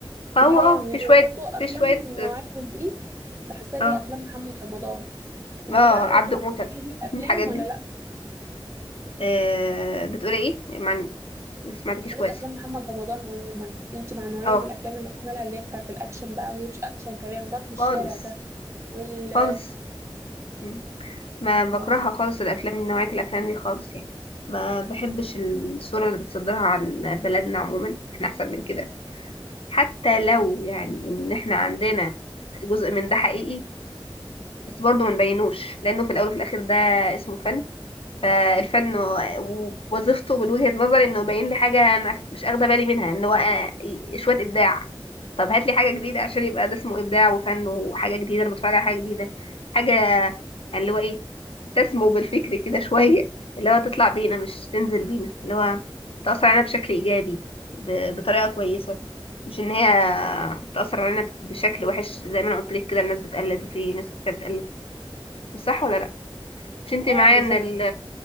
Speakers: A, on the left; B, on the right.
A: اه
B: دي حقيقة يعني
A: اه في
B: زي
A: شوية
B: برضو أفلام
A: في شوية
B: من النوعية دي بحسها ليها
A: اه
B: أفلام محمد رمضان انت
A: اه
B: بقى
A: عبد
B: برضو مع النوعية
A: موتة
B: دي من الأفلام
A: <laughs> الحاجات
B: ولا
A: دي
B: لأ
A: آه بتقولي ايه ما ما سمعتكيش
B: ولك
A: كويس
B: أفلام محمد رمضان عموما انت مع نوعية
A: اه
B: من الأفلام اللي هو عملها اللي هي بتاعة الأكشن بقى وهي مش أكشن كمان ضرب الشارع
A: خالص
B: ده وال
A: خالص م. ما بكرهها
B: اه
A: خالص الافلام نوعية الافلام دي خالص يعني ما بحبش الصورة اللي بتصدرها عن بلدنا عموما احنا احسن من كده حتى لو يعني ان احنا عندنا جزء من ده حقيقي بس برضه ما نبينوش لانه في الاول وفي الاخر ده اسمه فن فالفن و- ووظيفته من وجهة نظري انه يبين لي حاجة انا مش مش اخده بالي منها ان هو أنا- شوية ابداع طب هات لي حاجة جديدة عشان يبقى ده اسمه ابداع وفن وحاجة جديدة انا بتفرج على حاجة جديدة حاجة يعني اللي هو ايه تسمو بالفكر كده <laughs> شوية اللي هو تطلع بينا مش تنزل بينا اللي هو تأثر علينا بشكل إيجابي ب- بطريقة كويسة مش إن هي تأثر علينا بشكل وحش زي ما أنا قلت لك كده الناس بتقلد وفي ناس كتير بتقلد مش صح ولا لأ مش أنت
B: آه،
A: معايا
B: بالظبط
A: إن